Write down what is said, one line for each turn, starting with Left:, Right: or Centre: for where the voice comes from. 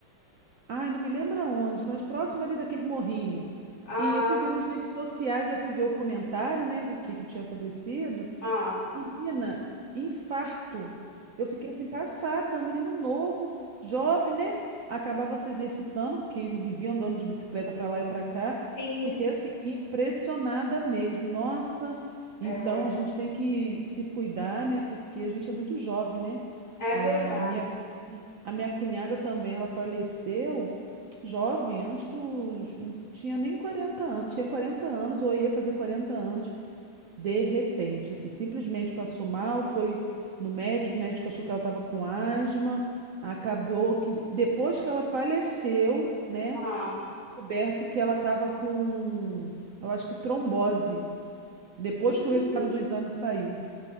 Right: ai, não me lembro aonde, mas próximo ali daquele morrinho.
Left: Ah,
Right: E eu fui ver nas redes sociais, eu fui ver o comentário, né, do que que tinha acontecido.
Left: ah.
Right: Menina, infarto. Eu fiquei assim passada, um menino novo, jovem, né? Acabava se exercitando, porque ele vivia andando de bicicleta para lá e para cá.
Left: Sim,
Right: Fiquei assim impressionada mesmo. Nossa,
Left: é
Right: então a gente tem que se cuidar, né? Porque a gente é muito jovem, né?
Left: é
Right: A
Left: verdade.
Right: minha, a minha cunhada também, ela faleceu jovem, antes dos. Tinha nem 40 anos, tinha 40 anos ou ia fazer 40 anos. De repente, assim, simplesmente passou mal, foi no médico, o médico achou que ela estava com asma, acabou que depois que ela faleceu, né,
Left: Ah,
Right: foi descoberto que ela estava com, eu acho que trombose, depois
Left: que
Right: que o
Left: isso?
Right: resultado do exame saiu.